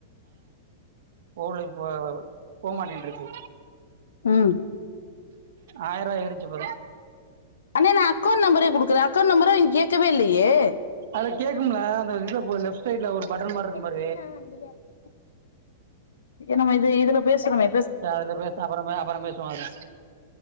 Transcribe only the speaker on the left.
உம்
அண்ண நா அக்கௌண்ட் நம்பரே கொடுக்கற அக்கௌண்ட் நம்பரே கேகவே இல்லயே
<inaudible> என்னம இது இதுல பேசுறமே